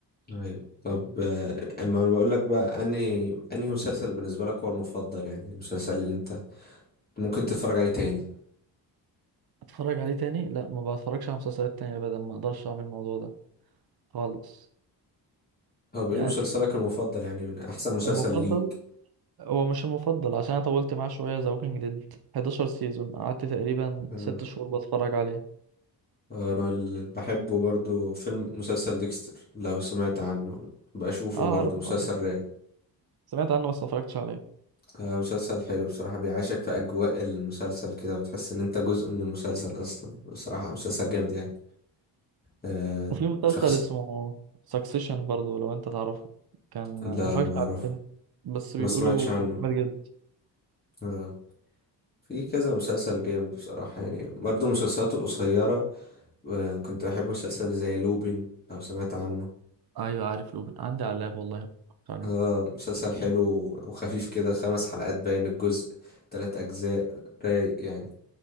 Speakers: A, on the left; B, on the right.
A: ايوه طب آه، اما انا بقول لك بقى انهي انهي مسلسل بالنسبة لك هو المفضل يعني المسلسل اللي انت ممكن تتفرج عليه تاني
B: أتفرج عليه تاني لا ما بتفرجش على مسلسلات تانية أبدا ما أقدرش أعمل الموضوع ده خالص
A: طب ايه
B: يعني
A: مسلسلك
B: ف-
A: المفضل يعني من احسن مسلسل
B: المفضل
A: ليك
B: هو مش المفضل عشان أنا طولت معاه شوية ذا ووكينج ديد 11 سيزون قعدت تقريبا
A: آه،
B: 6 شهور بتفرج عليه
A: انا اللي بحبه برضو فيلم مسلسل ديكستر لو سمعت عنه بشوفه
B: أه
A: برضو
B: أعرف
A: مسلسل
B: أيوة.
A: رايق
B: سمعت عنه بس ما اتفرجتش عليه
A: آه، مسلسل حلو بصراحة بيعيشك في أجواء المسلسل كده بتحس إن أنت جزء من المسلسل أصلا بصراحة مسلسل جامد يعني آه،
B: وفي مسلسل
A: شخص
B: اسمه سكسيشن برضو لو أنت تعرفه كان
A: لا
B: ما اتفرجتش
A: ما أعرف
B: عليه بس
A: ما
B: بيقولوا
A: سمعتش عنه
B: جامد
A: آه. في كذا مسلسل جامد بصراحة يعني برضه مسلسلاته القصيرة آه. كنت أحب مسلسل زي لوبين لو سمعت عنه
B: ايوه عارف لوبن عندي على اللاب والله ما اتفرجت عليه
A: آه. مسلسل حلو وخفيف كده خمس حلقات باين الجزء تلات أجزاء رايق يعني